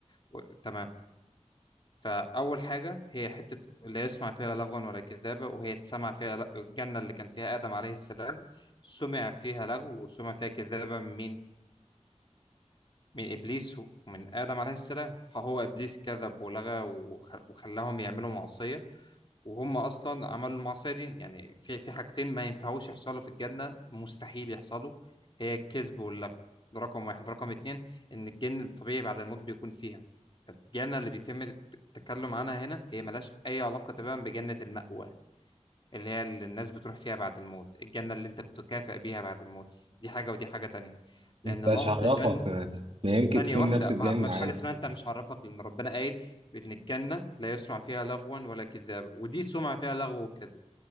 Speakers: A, on the left; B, on the right.
A: و... تمام فأول حاجة هي حتة لا يسمع فيها لغوا ولا كذابة وهي تسمع فيها ل... الجنة اللي كان فيها آدم عليه السلام سمع فيها لغو وسمع فيها كذابة من مين؟ من إبليس ومن آدم عليه السلام فهو إبليس كذب ولغى وخ... وخلاهم يعملوا معصية وهم اصلا عملوا المعصيه دي يعني في في حاجتين ما ينفعوش يحصلوا في الجنه مستحيل يحصلوا هي الكذب واللغو ده رقم واحد رقم اتنين ان الجن الطبيعي بعد الموت بيكون فيها فالجنه اللي بيتم الت- التكلم عنها هنا هي ملهاش اي علاقه تماما بجنه المأوى اللي هي اللي الناس بتروح فيها بعد الموت الجنة اللي انت بتكافئ بيها بعد الموت دي حاجة ودي حاجة تانية لأن
B: انت
A: لفظ
B: مش هعرفك
A: جن
B: آه، ما يمكن
A: ثانية
B: تكون
A: واحدة
B: نفس الجنة
A: ما, ما فيش
B: عادي
A: حاجة اسمها انت مش عرفك لأن ربنا قايل بإن الجنة لا يسمع فيها لغوا ولا كذابا ودي سمع فيها لغو وكذب